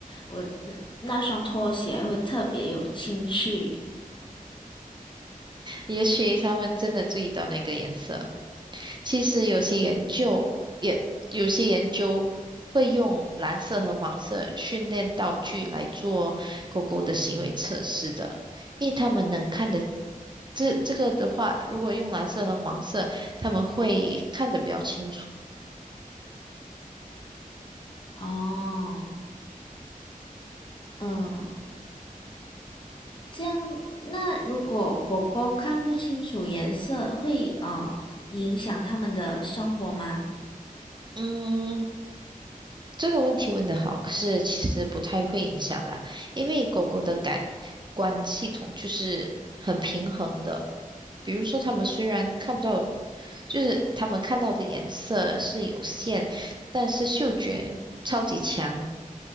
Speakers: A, on the left (about 35°); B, on the right (about 30°).
A: 我那那双拖鞋会特别有兴趣。
B: 也许它们真的注意到那个颜色。其实有些研究也有些研究会用蓝色和黄色训练道具来做狗狗的行为测试的，因为他们能看的这这个的话，如果用蓝色和黄色，他们会看得比较清楚。
A: 哦，嗯，这样，那如果狗狗看不清楚颜色，会呃影响它们的生活吗？
B: 嗯，这个问题问的好，可是其实不太会影响啦，因为狗狗的感官系统就是很平衡的。比如说，它们虽然看不到，就是它们看到的颜色是有限，但是嗅觉超级强，